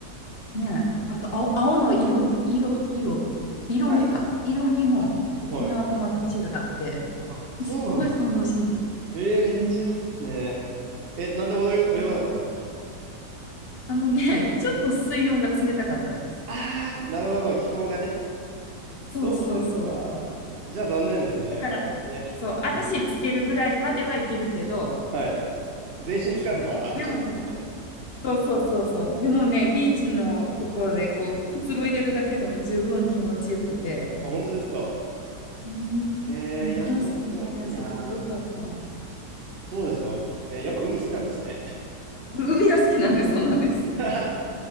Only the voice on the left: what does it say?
ね、あと青、青の色、色、色、色味か。
色味も沖縄とまた違って、
すっごい感動しました。
うーん。
ね。
あのね、ちょっと水温が冷たかったんです。
そうそうそうそう。
だから、
そう、足つけるぐらいまではいけるけど、
そう。でもね、
そうそうそうそう。でもね、ビーチのところでこう、
くつろいでるだけでも十分気持ちよくて。
うーん、
パースね、
すごい良かった。い
や
ー、うん、海が好きなんで、そうなんです。